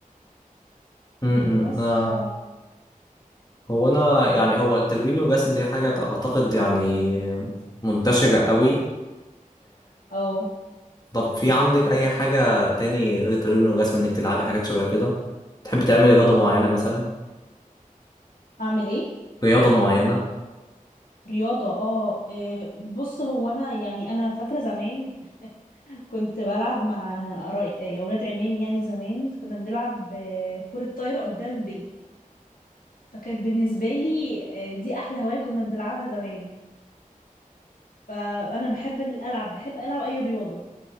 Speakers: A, on the left; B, on the left.
A: امم
B: بس
A: انا
B: ف
A: هو انا يعني هو التلوين والرسم دي حاجة اعتقد يعني منتشرة قوي
B: او
A: طب في عندك اي حاجة تاني غير التمرين والرسم انك تلعبي حاجات شبه كده تحب تعملي رياضة معينة مثلا
B: اعمل ايه
A: رياضة معينة
B: رياضة اه إيه، بص هو انا يعني انا فاكرة زمان كنت بلعب مع قراي- إيه، اولاد عمامي يعني زمان كنا بنلعب آه، كرة طايرة قدام البيت فكانت بالنسبة لي آه، دي احلى هواية كنا بنلعبها زمان فانا بحب ال- العب بحب العب اي رياضة